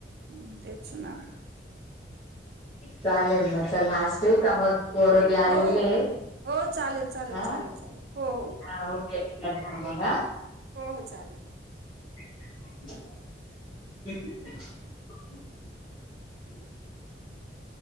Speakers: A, on the right; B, on the left.
A: हम्म तेच ना.
B: चालेल मग, चल लास ठेऊ का मग? पोर बी आलेले
A: हो हो हो चालेल चालेल
B: ह.
A: चालेल चालेल हो हो
B: <unintelligible> आमाला
A: हो हो चालेल
B: ह
A: <inaudible>